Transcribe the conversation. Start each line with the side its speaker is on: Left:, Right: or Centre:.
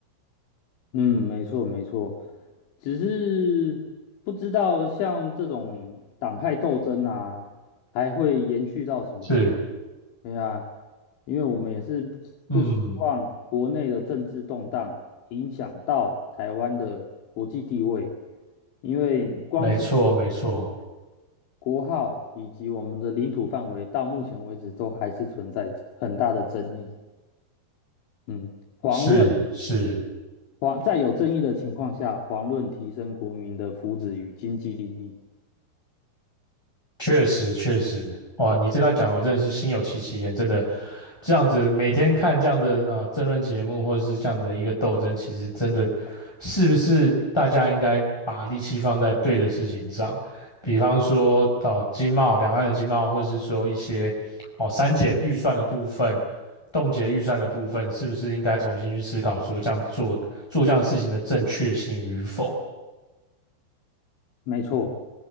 Left: 嗯，没错没错，只是不知道像这种党派斗争啊，还会延续到什么时候？
Centre: 是，
Left: 对啊，因为我们也是不希望国内的政治动荡影响到台湾的国际地位，
Centre: 嗯，
Left: 因为光是
Centre: 没错，没错，
Left: 国号以及我们的领土范围，到目前为止都还是存在着很大的争议。嗯，遑论。
Centre: 是是。
Left: 黄在有争议的情况下，黄论提升国民的福祉与经济利益。
Centre: 确实，确实，哇！你这段讲，我真的是心有戚戚焉。真的，这样子每天看这样的啊、呃、政论节目，或者是这样的一个斗争，其实真的是不是大家应该把力气放在对的事情上？比方说到，哦、经贸两岸的经贸，或是说一些哦删减预算的部分、冻结预算的部分，是不是应该重新去思考说这样做做这样的事情的正确性与否？
Left: 没错，